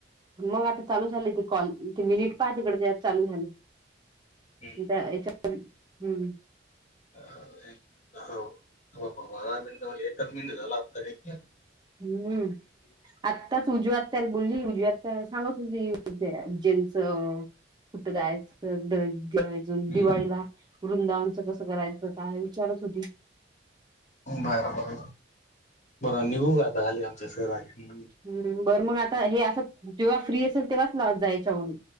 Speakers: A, on the right; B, on the left.
A: मग आता चालू झाले ते कॉल ते मिनिट पाहा तिकड चालू झाले.
B: हम्म
A: त्या याच्या पर्यंत हम्म
B: हो हो हे भगवान एक मिनिट झाला आता इतक्यात
A: हम्म आत्ताच ऊजु आत्याला बोलली ऊजु आत्या सांगत होती. जेचं कुठं जायचं ड ज
B: हम्म
A: दिवाळीला वृंदावनच कसं करायचं काय विचारत होती.
B: बर बर बरं निघू का आता आलेआमचे सर आले
A: हम् बरं मग आता हे असं जेव्हा फ्री असेल तेव्हाच लावत जा याच्यावरून